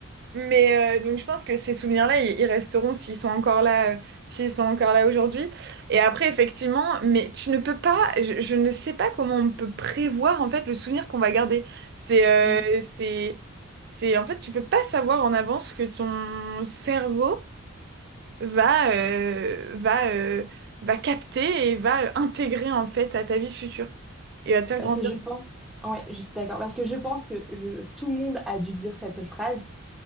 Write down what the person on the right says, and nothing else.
mais euh, donc je pense que ces souvenirs-là, ils, ils resteront s'ils sont encore là, euh, s'ils sont encore là aujourd'hui. Et après, effectivement, mais tu ne peux pas, je, je ne sais pas comment on peut prévoir en fait le souvenir qu'on va garder. C'est, euh,
c'est, c'est en fait, tu peux pas savoir en avance ce que ton cerveau va, euh, va, euh, va capter et va euh, intégrer en fait à ta vie future et va te faire
grandir.